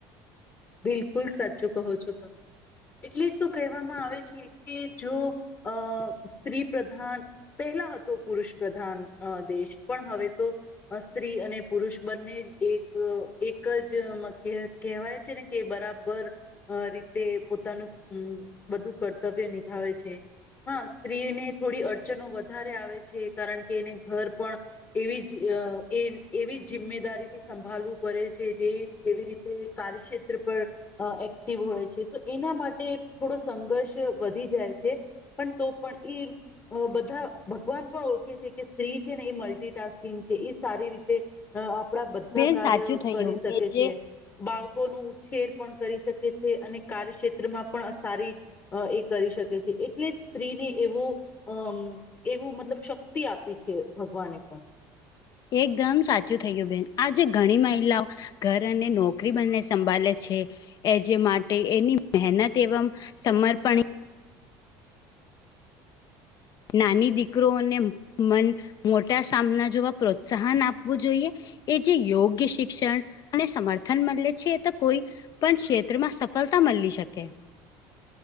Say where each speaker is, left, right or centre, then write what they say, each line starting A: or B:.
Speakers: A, on the left; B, on the left.
A: બિલકુલ સાચું કહો છો તમે. એટલે જ તો કહેવામાં આવે છે કે જો અ સ્ત્રી પ્રધાન પહેલા હતો પુરુષ પ્રધાન અ દેશ પણ હવે તો અ સ્ત્રી અને પુરુષ બંને જ એક એકજ મધ્ય કહેવાય છેને. કે બરાબર અ રીતે પોતાનું હમ બધુ કર્તવ્ય નિભાવે છે. હા સ્ત્રીને થોડી અડચણો વધારે આવે છે કારણ કે એને ઘર પણ એવીજ અ એવી જિમ્મેદારી થી સંભળવું પડે છે જેવી રીત તે કાર્યક્ષેત શેત્ર પર અ એક્ટિવ હોય છે તો એના માટે થોડો સંઘર્ષ વધી જાય છે. પણ તો પણ ઇમ અ બધા ભગવાન પણ ઓળખે છે, ક, સ્ત્રી છેને એ મલ્ટિટાસ્કિંગ છે એ સારી રીતે અ આપણા બધા
B: બેન
A: કાર્ય
B: સાચું થયું
A: કરી શકે
B: એ જે
A: છે, બાળકોનું છેર પણ કરી શકે છે અને કાર્યક્ષેત્ર માં પણ સારી અ એ કરી શકે છે એટલે સ્ત્રીને એવો અમ એવું મતલબ શક્તિ આપી છે, ભગવાને પણ
B: એકદમ સાચું થયું બેન આજે ઘણી મહિલા ઓ ઘર અને નોકરી બંને સંભાલે છે. એ જે માટે એની મહેનત એવમ સમર્પણ નાની દીકરોને મન મોટા સામના જોવા પ્રોત્સાહન આપવું જોઈએ. એ જે યોગ્ય શિક્ષણ અને સમર્થન મલે છે એ તો કોઈ પણ ક્ષેત્રમાં સફલતા મલી શકે